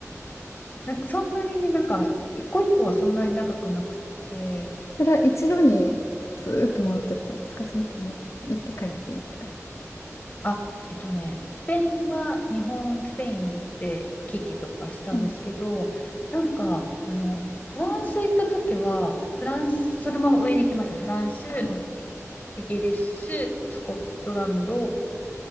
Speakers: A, on the left; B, on the left.
A: なんかそんなにね、なんか、一個一個はそんなに長くなくて、
B: それは一度にずーっと回ってったんですかそれとも行って帰って行って帰って。
A: あ、えっとね、スペインは日本、スペインで行き来とかしたんですけど、
B: うん
A: なんか、あの、フランス行った時は、フランス、そのまま上に行きました。フランス、
B: はあ、
A: イイギリス、スコットランド、